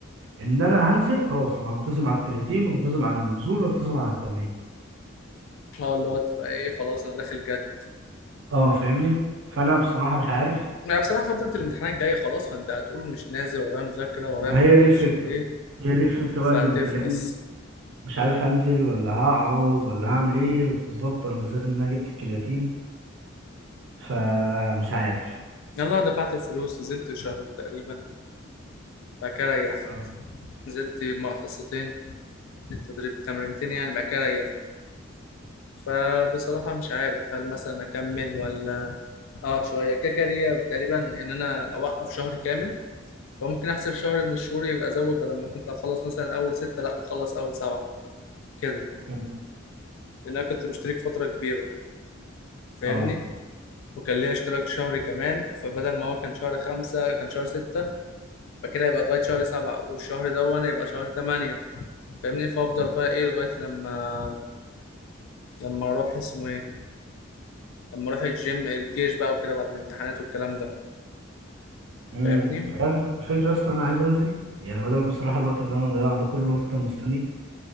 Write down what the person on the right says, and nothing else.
ان انا هنزل خلاص انا هنتظم على الكرياتين وانتظم على النزول وانتظم على التمرين
اه فاهمني فانا بصراحه مش عارف
ما
هي
دي الفكره
هي دي الفكره
بقى اللي مخلاني مش عارف هنزل ولا هقعد ولا هعمل ايه بالظبط انا بالذات ان انا جبت الكرياتين فمش عارف
اه
مم.
اه
امم
عارف الفكره اصلا انا عايز انزل يعني بدل بصراحه الوقت اللي انا ضيعه ده كله افضل مستني